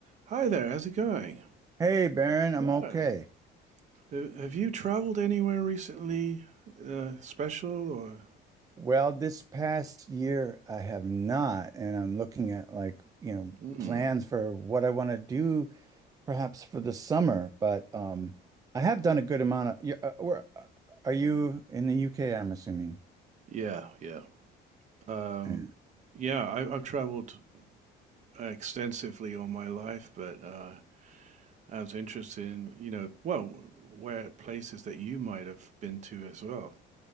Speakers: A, on the right; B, on the right.
A: Hi there, how's it going?
B: Hey, Baron, I'm
A: Oh,
B: okay.
A: ha- have you traveled anywhere recently, uh, special or?
B: Well, this past year I have not, and I'm looking at like, you know,
A: Mm,
B: plans for what I want to do perhaps for the summer, but um I have done a good amount of yeah, uh, where are you in the UK, I'm assuming.
A: yeah, yeah. Um,
B: Yeah.
A: yeah, I, I've traveled extensively all my life, but uh, I was interested in, you know, well, where places that you might have been to as well.